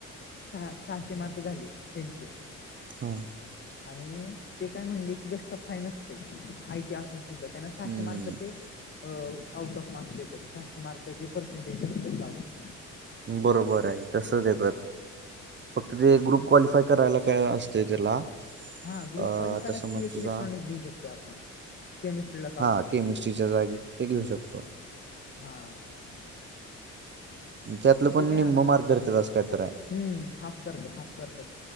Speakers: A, on the left (about 40°); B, on the right (about 40°).
A: सहा सहाशे मार्क झाले त्यांचे.
B: हा.
A: आणि ते काय म्हणले, की बेस्ट ऑफ फाय नसते आयटी असून सुद्धा, त्यांना सहाशे
B: हम्म
A: मार्कचे आऊट ऑफ मार्क्स देतात, सहाशे मार्क तर ते पर्सेंटेज धरत्यात अजून.
B: बरोबर आहे, तसच येत फक्त ते ग्रुप
A: मग
B: क्वालिफाय करायला काय असतय, त्याला?
A: हा ग्रुप
B: अ
A: क्वालफायला
B: आता
A: सीएस
B: समज तुझा
A: इलेक्ट्रॉनिक् देऊ शकतो आपण. केमिस्ट्रीिला
B: हा केमिस्ट्रीच्या जागी, ते घेऊ शकतो.
A: हा.
B: त्यातलं पण
A: ते काय
B: निम्म
A: आम्हाला,
B: मार्क धरतात असं काय तर आहे
A: हम्म हाफ करत्यात, हाफ करत्यात